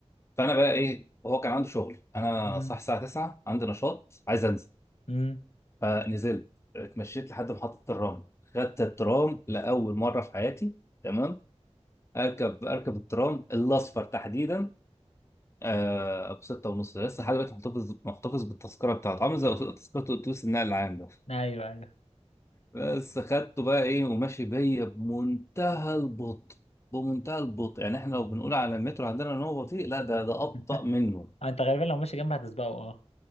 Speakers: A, on the left; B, on the left.
A: فانا بقى ايه وهو كان عنده شغل انا
B: امم
A: صح الساعه 9 عندي نشاط عايز انزل
B: امم
A: فنزلت اتمشيت لحد محطه الترام خدت الترام لاول مره في حياتي تمام اركب اركب الترام الاصفر تحديدا آه ابو ستة ونص ده. لسه لحد دلوقتي محتفظ محتفظ بالتذكره بتاعته عامل زي تذكره اتوبيس النقل العام ده
B: ايوه ايوه
A: بس خدته بقى ايه وماشي بيا بمنتهى البطء بمنتهى البطء يعني احنا لو بنقول على المترو عندنا ان هو بطيء لا ده ده ابطا
B: <laughs>
A: منه
B: انت غالبا لو ماشي جنب هتسبقه اه